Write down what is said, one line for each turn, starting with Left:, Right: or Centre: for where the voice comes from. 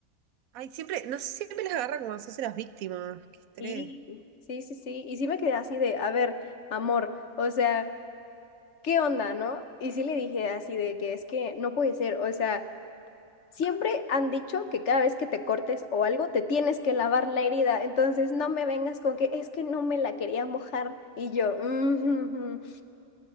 Right: Ay, siempre, no sé, siempre las agarra como se hace las víctimas. Qué estrés.
Left: Sí, sí, sí, sí. Y sí me quedé así de, a ver, amor, o sea, ¿qué onda, no? Y sí le dije así de que es que no puede ser, o sea, siempre han dicho que cada vez que te cortes o algo, te tienes que lavar la herida, entonces no me vengas con que es que no me la quería mojar. Y yo, "Mm, ujú, ujú".